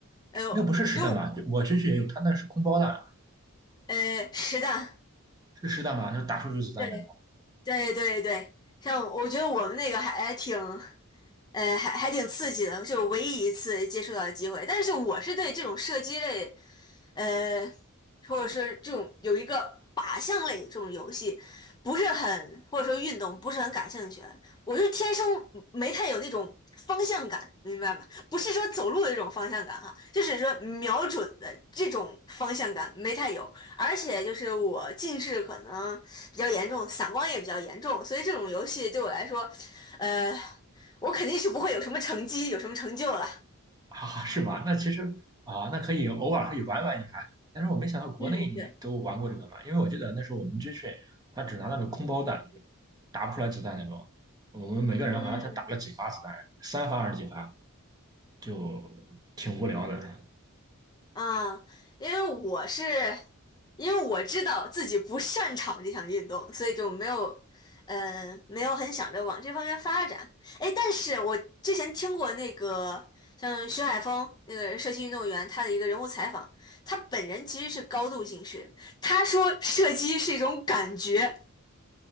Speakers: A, on the left (about 20°); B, on the right (about 20°).
A: 哎呦，
B: 那不是实弹吧？
A: 因为我
B: 就我军训也有，他那是空包弹，
A: 呃实弹，
B: 是实弹吧？就打出去子弹的。
A: 对对对对，像我觉得我们那个还哎挺，呃，还还挺刺激的，是我唯一一次接触到的机会。但是我是对这种射击类，呃，或者是这种有一个靶向类的这种游戏，不是很或者说运动不是很感兴趣。我就天生没太有那种方向感，明白吗？不是说走路的这种方向感哈，就是说瞄准的这种方向感没太有。而且就是我近视可能比较严重，散光也比较严重，所以这种游戏对我来说，呃。我肯定是不会有什么成绩，有什么成就了。
B: 啊，是吗？那其实啊，那可以偶尔可以玩玩一下，但是我没想到国内你都玩过这个嘛，
A: 嗯，对，
B: 因为我记得那时候我们军训，他只拿那种空包弹，就打不出来子弹那种。我们每个人好像才打了几发子弹，
A: 嗯
B: 三发还是几发，就挺无聊的。
A: 啊，因为我是，因为我知道自己不擅长这项运动，所以就没有，呃，没有很想着往这方面发展。哎，但是我之前听过那个像徐海峰那个射击运动员他的一个人物采访，他本人其实是高度近视，他说射击是一种感觉，